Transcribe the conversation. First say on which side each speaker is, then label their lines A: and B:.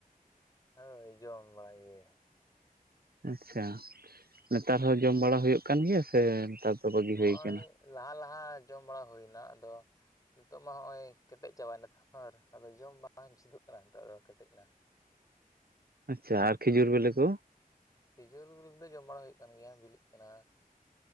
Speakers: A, on the left; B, on the right.
A: ᱦᱳᱭ ᱡᱚᱢ ᱵᱟᱲᱟᱭ ᱜᱮ᱾
B: ᱟᱪᱪᱷᱟ ᱱᱮᱛᱟᱨ ᱦᱚᱸ ᱡᱚᱢ ᱵᱟᱲᱟ ᱦᱩᱭᱩᱜ ᱠᱟᱱ ᱜᱮᱭᱟ ᱥᱮ ᱱᱮᱛᱟᱨ ᱫᱚ ᱵᱟᱹᱜᱤ
A: ᱦᱚᱜ
B: ᱦᱩᱭ ᱟᱠᱟᱱᱟ
A: ᱚᱭ ᱞᱟᱦᱟ ᱞᱟᱦᱟ ᱡᱚᱢ ᱵᱟᱲᱟ ᱦᱩᱭᱱᱟ᱾ ᱟᱫᱚ ᱱᱤᱛᱚᱜ ᱢᱟ ᱱᱚᱸᱜᱼᱚᱭ ᱠᱮᱴᱮᱡ ᱪᱟᱵᱟᱭᱱᱟ ᱟᱨ ᱟᱫᱚ ᱡᱚᱢ ᱵᱟᱝ ᱡᱩᱫᱩᱜ ᱠᱟᱱᱟ ᱱᱤᱛᱚᱜ ᱫᱚ ᱠᱮᱴᱮᱡ ᱱᱟ᱾
B: ᱟᱪᱪᱷᱟ ᱟᱨ ᱠᱷᱤᱡᱩᱨ ᱵᱮᱞᱮ ᱠᱚ᱾
A: ᱠᱷᱤᱡᱩᱨ ᱫᱚ ᱡᱚᱢ ᱵᱟᱲᱟ ᱦᱩᱭᱩᱜ ᱠᱟᱱ ᱜᱮᱭᱟ ᱵᱤᱞᱤᱜ ᱠᱟᱱᱟ᱾